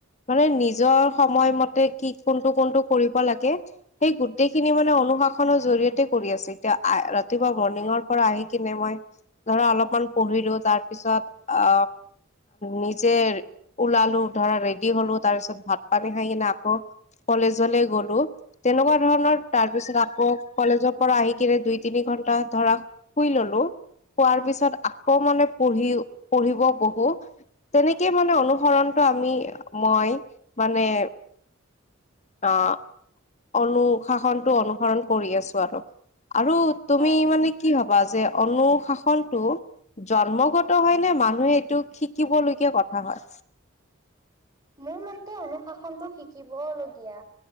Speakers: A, on the left (about 35°); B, on the right (about 20°).
A: মানে নিজৰ সময়মতে। কি কোনটো কোনটো কৰিব লাগে, সেই গোটেই খিনি মানে অনুশাসন খনৰ জৰিয়তে কৰি আছে, এতিয়া ৰাতিপুৱা মৰ্ণিঙৰ পৰা আহি কিনে মই। ধৰা অলপমান পঢ়িলো, তাৰ পিছত আ, নিজে ওলালো ধৰা ৰেডি হলো। তাৰ পিছত ভাত পানী খাই কিনে আকৌ। কলেজলে গ'লো। তেনেকুৱা ধৰণৰ তাৰ পিছত আকৌ, কলেজৰ পৰা আহি কিনে দুই তিনি ঘন্টা ধৰা। শুই ললো, শোৱাৰ পিছত আকৌ মানে পঢ়ি পঢ়িব বহো। বহু তেনেকে মানে অনুসৰণটো আমি মই মানে, আহ, অনুশাসনটো অনুসৰণ কৰি আছো আৰু। আৰু তুমি
B: বা
A: মানে কি ভবা যে, অনুশাসনটো জন্মগত, হয় নে মানুহে এইটো শিকিব লগীয়া কথা হয়।
B: মোৰ মতে অনুশাসনটো শিকিব লগীয়া।